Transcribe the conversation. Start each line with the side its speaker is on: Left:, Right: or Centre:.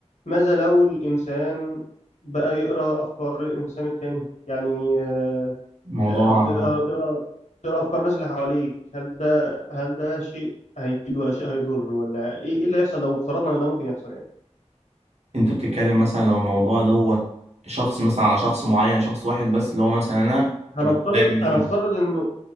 Left: ماذا لو الإنسان بقى يقرأ أفكار الإنسان التاني يعني آه،
Right: موضوع
Left: آه، بتقرأ بتقرأ بتقرأ أفكار الناس اللي حواليك هل ده هل ده شيء هيفيد ولا شيء هيضر ولا إيه إيه اللي هيحصل لو افترضنا إن ده ممكن يحصل يعني
Right: انت بتتكلم مثلا لو الموضوع دوت شخص مثلا على شخص معين شخص واحد بس اللي هو مثلا انا
Left: هنفترض
Right: ودايما يسمعني.
Left: هنفترض إنه